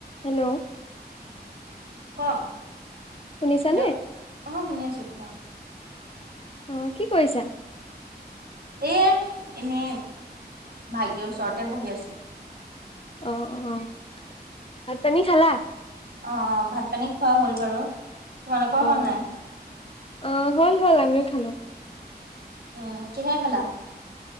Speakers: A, on the left; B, on the right.
A: Hello.
B: ক',
A: শুনিছানে?
B: Hello, অ' শুনি আছোঁ কোৱা।
A: অ', কি কৰিছা?
B: এ, এনে ভাইটিৰ ওচৰতে বহি আছোঁ।
A: অ', অ'। ভাত পানী খালা?
B: অঁ, অঁ ভাত পানী খোৱা হ'ল বাৰু! তোমালোকৰ
A: অঁ
B: হ'ল নাই
A: অঁ হ'ল, হ'ল। আমিও খালোঁ।
B: উম', কিহে খালা?